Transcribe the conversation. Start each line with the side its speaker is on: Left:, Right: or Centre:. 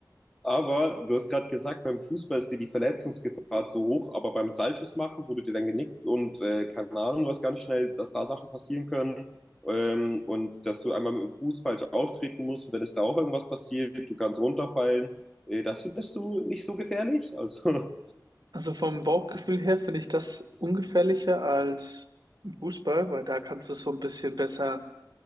Centre: aber du hast gerade gesagt, beim Fußball ist dir die Verletzungsgefahr zu hoch, aber beim Saltos machen, wo du dir dann genickt und äh, keine Ahnung, was ganz schnell, dass da Sachen passieren können ähm, und dass du einmal mit dem Fuß falsch auftreten musst und dann ist da auch irgendwas passiert, du kannst runterfallen. Äh, das findest du nicht so gefährlich? Also,
Right: Also vom Bauchgefühl her finde ich das ungefährlicher als Fußball, weil da kannst du es so ein bisschen besser,